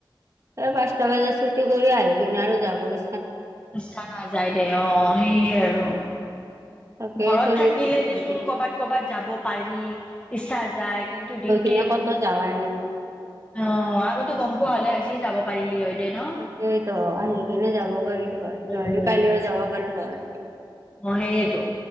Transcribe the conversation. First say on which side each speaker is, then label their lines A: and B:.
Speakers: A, on the right; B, on the left.
A: এই পাঁচটা বজাত ছুটি কৰি আহি কিনে আৰু যাবই
B: ইচ্ছা নাযায় দে অ সেইয়ে আৰু
A: তাকে
B: ঘৰত
A: চলিটোক
B: থাকিলে
A: লৈ
B: দেচোন
A: কিনে
B: ক'বাত ক'বাত যাব পাৰি ইচ্ছা যায় কিন্তু ডিউটি
A: এনে ক'তো যাৱাই নাই
B: অ আগতে গম পোৱা হ'লে আজিয়ে যাব পাৰিলি হয় দে ন
A: তাকেইতো আহি কিনে যাব পাৰিলো হয়
B: উম
A: নহ'লে কালিও যাব পাৰিলো হয়
B: অ সেয়েতো